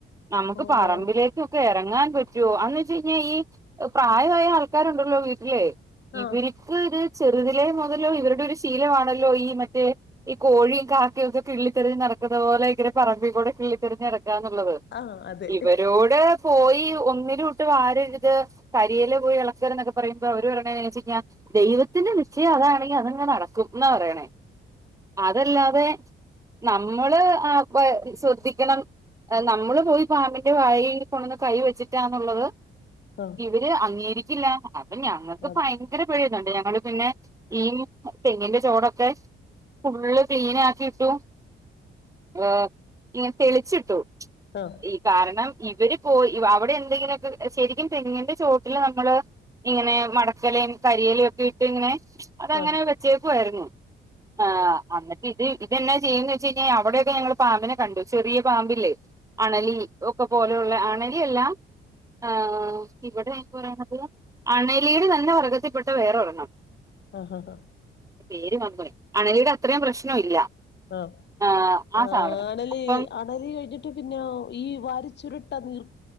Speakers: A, on the right; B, on the left.
A: നമുക്ക്
B: ഓഹ്
A: പറമ്പിലേക്കൊക്കെ ഇറങ്ങാൻ പറ്റുവോ അന്ന് വെച്ച കഴിഞ്ഞാ ഈ പ്രായമായ ആൾക്കാരുണ്ടല്ലോ വീട്ടിലെ
B: ആഹ്
A: ഇവർക്ക് ഇത് ചെറുതിലേ മു തല് ഇവരുടെ ഒരു ശീലവാണല്ലോ ഈ മറ്റേ ഈ കോഴിയും കാക്കയും ഒക്കെ കിള്ളി തിരഞ്ഞുനടക്കുന്ന പോലെ ഇങ്ങനെ പറമ്പിക്കൂടെ കിള്ളി തിരഞ്ഞു നടക്കുക എന്നുള്ളത്
B: ആഹ് അതെ
A: ഇവരോട് പോയി ഒന്നിലൂട്ട് വാരര്ത് കരിയില പോയി എളക്കരുത് എന്നൊക്കെ പറയുമ്പോ അവര് പറയണ് <unintelligible> ദൈവത്തി ഇന്റെ നിശ്ചയം അതാണെങ്കി അതങ്ങ് നടക്കും ഇന്ന പറയണേ അതല്ലാതെ നമ്മള് ആ ഇപ്പഴ് ശ്രദ്ധിക്കണം നമ്മള് പോയി പാമ്പിന്റെ വായയിൽ കൊണ്ടോന്ന് കൈ വെച്ചിട്ടാന്നുള്ളത്
B: ആഹ്
A: ഇവര് അംഗീകരിക്കില്ലാ അപ്പൊ ഞങ്ങക്ക്
B: ആഹ്
A: ഭയങ്കര പേടി ഞങ്ങള് പിന്നെ ഈ തെങ്ങിന്റെ ചോടൊക്കെ ഫുള്ള് ക്ലീൻ ആക്കിയിട്ടു ഏഹ് ഇങ്ങനെ തെളിച്ചിട്ടു
B: ആഹ് ആഹ്
A: ഈ കാരണം ഇവര് പോയി അവിടെ എന്തെങ്കിലോക്കെ ശരിക്കും തെങ്ങിന്റെ ചോട്ടിലാ നമ്മള് ഇങ്ങനെ മടക്കലയും കരിയലയും ഒക്കെ ഇട്ട് ഇങ്ങനെ അതങ്ങനെ
B: ആഹ്
A: വെച്ചേക്കുവായിരുന്നു ആ ആ അന്നിട്ട് ഇത് ഇതെന്നാ ചെയ്യുന്നേന്ന്ച്ച് കഴിഞ്ഞാ അവിടെയൊക്കെ ഞങ്ങള് പാമ്പിനെ കണ്ട് ചെറിയ പാമ്പില്ലേ അണലി ഒക്കെ പോലെയുള്ള അണലി അല്ലാ ആഹ് ഇവിടെ ഈ പറയുന്നത് അണലീടെ തന്നെ വർഗത്തിപ്പെട്ട വേറൊരെണ്ണം
B: ആ ഹാ ഹാ
A: പേര് മറന്നോയി അണലിടെ അത്രേയും പ്രശ്നം ഇല്ല
B: ആഹ്
A: ആഹ് ആ
B: ആഹ്
A: സാധനം
B: അണലി
A: അപ്പം
B: അണലി കഴിഞ്ഞിട്ട് പിന്നെ ഈ വാരി ചുരുട്ട നീർ